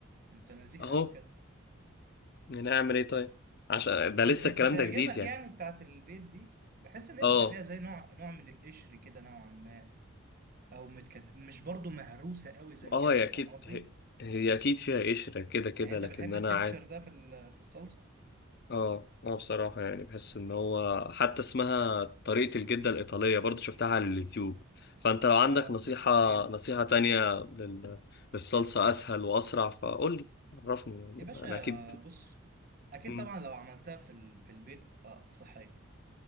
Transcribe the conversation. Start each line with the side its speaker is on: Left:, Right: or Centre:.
Right: انت نزيه
Left: اهو
Right: قوي كده
Left: يعني اعمل ايه طيب عشان ده
Right: بس
Left: لسه
Right: بتعجبك
Left: الكلام ده جديد يعني
Right: يعني بتاعت البيت دي بحس ان هي
Left: اه
Right: بيبقى فيها زي نوع نوع من القشر كده نوعا ما او متكت... مش برضو مهروسة قوي زي
Left: اه
Right: الجاهزة
Left: هي اكيد
Right: فاهم قصدي
Left: هي, هي اكيد فيها قشره كده كده
Right: يعني انت
Left: لكن
Right: بتحب
Left: انا
Right: التكتشر
Left: عادي
Right: ده في ال- في الصلصة
Left: اه اه بصراحة يعني بحس ان هو حتى اسمها طريقة الجدة الإيطالية برضو شفتها على اليوتيوب فانت لو
Right: اه
Left: عندك نصيحة
Right: رهيبة
Left: نصيحة تانية لل... للصلصة اسهل واسرع فقول لي عرفني
Right: يا باشا
Left: يعني انا اكيد
Right: بص اكيد
Left: مم.
Right: طبعا لو عملتها في ال... في البيت آه صحية